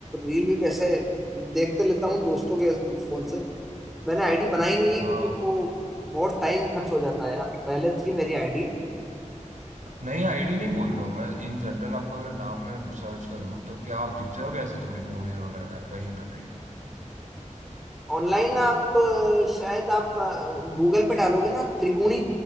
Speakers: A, in the centre; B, on the right.
A: रील भी वैसे देखते लेता हूँ दोस्तों के फोन से मैंने आईडी बनाई नहीं है
B: हाँ
A: क्योंकि वो बहुत टाइम खर्च हो जाता है यार पहले थी मेरी आईडी
B: नहीं आईडी नहीं बोल रहा हूँ मैं इन जनरल आपका अगर नाम में सर्च करूँ तो क्या आप दिख जाओगे ऐसे थोड़ी मूवीज वगैरह का- कहीं पे भी
A: ऑनलाइन आप अ, शायद आप गूगल पे डालोगे ना त्रिगुणी